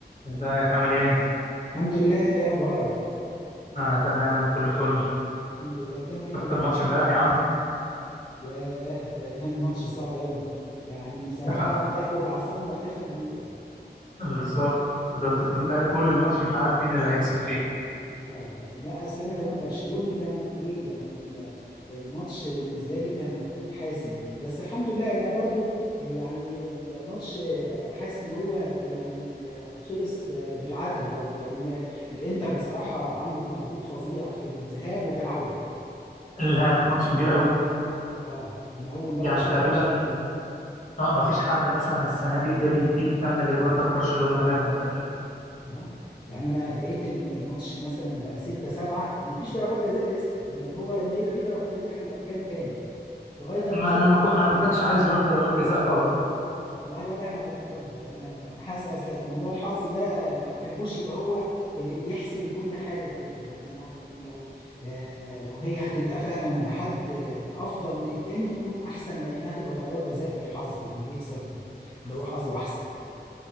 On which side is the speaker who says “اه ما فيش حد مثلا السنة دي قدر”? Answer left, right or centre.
Left